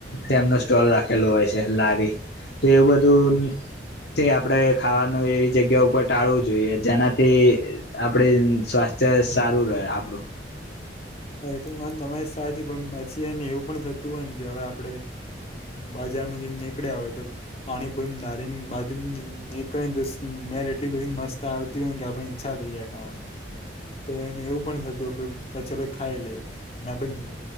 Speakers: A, on the left; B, on the left.
A: તેમનો સ્ટોલ રાખેલો હોય છે લારી તો એવું બધું થી આપડે ખાવાનું એવી જગ્યા ઉપર ટાળવું જોઈએ જેનાથી આપડે સ્વાસ્થ્ય સારું રહે આપડું.
B: હ એ તો મન તમારી સાચી પણ પછી એને એવું પણ થતું હોય ને કે હવે આપડે બજારમાં જીને નીકળ્યા હોય તો પાણી પૂરીની લારીની બાજુ નીકળે ને તો સ્મેલ એટલી બધી મસ્ત આવતી હોય કે આપડે ઈચ્છા થઈ જાય ખાવા ની તો એને એવું પણ થતું કે પછી આપડે ખાઈ લઈએ અને આપણે